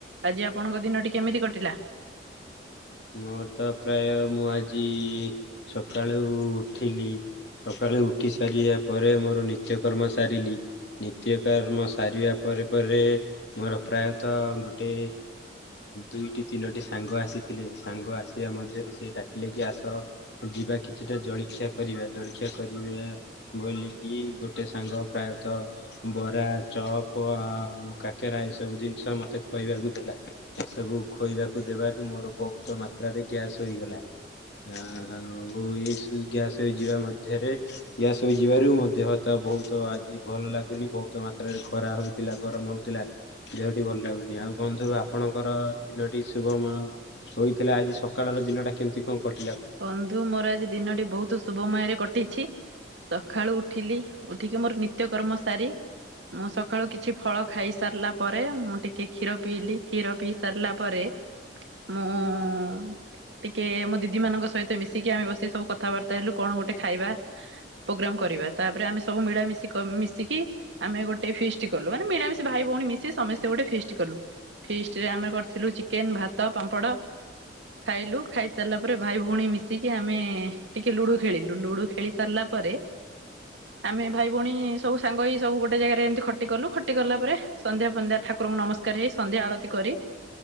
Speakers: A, on the right; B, on the left.
A: ଆଜି ଆପଣଙ୍କ ଦିନଟି କେମିତି କଟିଲା?
B: ମୋର ତ ପ୍ରାୟ ମୁଁ ଆଜି ସକାଳୁ ଉଠିଲି। ସକାଳୁ ଉଠି ସାରିବା ପରେ ମୋର ନିତ୍ୟକର୍ମ ସାରିଲି। ନିତ୍ୟକମ ସାରିବା ପରେ ପରେ ମୋର ପ୍ରାୟତଃ ଗୋଟେ ଦୁଇଟି ତିନୋଟି ସାଙ୍ଗ ଆସି ଥିଲେ ସାଙ୍ଗ ଆସିବା ମଧ୍ୟରେ ସେ ଡାକିଲେ କି ଆସ ଯିବା କିଛିଟା ଜଳଖିଆ କରିବା ଜଳଖିଆ କରିବା। ବଲିକି ଗୋଟେ ସାଙ୍ଗ ପ୍ରାୟତଃ ବରା ଚପ ଆଉ କାକେରା ଏ ସବୁ ଜିନିଷ ମତେ ଖୁଆଇବାକୁ ଦେଲା। ଏସବୁ ଖୁଇବାକୁ ଦେବାରୁ ମୋର ବହୁତ ମାତ୍ରାରେ ଗ୍ୟାସ୍ ହେଇଗଲା। ଆ ଆଉ ଏଇ ଗ୍ୟାସ ହେଇଯିବା ମଧ୍ୟରେ। ଗ୍ୟାସ ହେଇଯିବାରୁ ମୋ ଦେହତା ବହୁତ ଆଜି ଭଲ ଲାଗୁନି ବହୁତ ମାତ୍ରାରେ ଖରା ହଉଛି। ଥିଲା ଗରମ ହଉଥିଲା ଦେହଟି ଭଲ ଲାଗୁନି ଆଉ କୁହନ୍ତୁ ଆପଣଙ୍କର ଦିନଟି ଶୁଭମୟ। କହିଥିଲା ଆଜି ସକାଳର ଦିନଟା କେମିତି କଣ କଟି
A: ବନ୍ଧୁ ମୋର ଆଜି ଦିନଟି ବହୁତ ଶୁଭମୟରେ କଟିଛି ସକାଳୁ ଉଠିଲି। ଉଠିକି ମୋର ନିତ୍ୟ କର୍ମ ସାରୀ ମୁଁ ସକାଳୁ କିଛି ଫଳ ଖାଇ ସାରିଲା ପରେ ମୁଁ ଟିକେ କ୍ଷୀର ପିଇଲି କ୍ଷୀର ପିଇ ସାରିଲା ପରେ ହ ଟିକେ ମ ଦିଦି ମାନଙ୍କ ସହିତ ମିଶିକି ଆମେ ବସି ସବୁ କଥାବାର୍ତ୍ତା ହେଲୁ କଣ ଗୋଟେ ଖାଇବା। ପ୍ରୋଗ୍ରାମ କରିବା ତାପରେ ଆମେ ସବୁ ମିଳାମିଶ ମିଶିକି। ଆମେ ଗୋଟେ ଫିଷ୍ଟ କଲୁ ମାନେ ମିଳାମିଶି ଭାଇ ଭଉଣୀ ମିଶି ସମସ୍ତେ ଗୋଟେ ଫେଷ୍ଟ କଲୁ। ଫିଷ୍ଟରେ ଆମେ କରିଥିଲୁ ଚିକେନ ଭାତ ପାମ୍ପଡ ଖାଇଲୁ ଖାଇସାରିଲା ପରେ ଭାଇ ପୁଣି ମିଶିକି ଆମେ ଟିକେ ଲୁଡୁ ଖେଳିଲୁ ଲୁଡୁ ଖେଳି ସାରିଲା ପରେ ଆମେ ଭାଇ ଭଉଣୀ ସବୁ ସାଙ୍ଗ ଏଇ ସବୁ ଗୋଟେ ଜାଗାରେ ଏମିତି ଖଟି କଲୁ ଖଟି କଲା ପରେ ସନ୍ଧ୍ୟା ଫନ୍ଧ୍ୟା ଠାକୁରଙ୍କୁ ନମସ୍କାର ହେଇ ସନ୍ଧ୍ୟା ଆଳତି କରି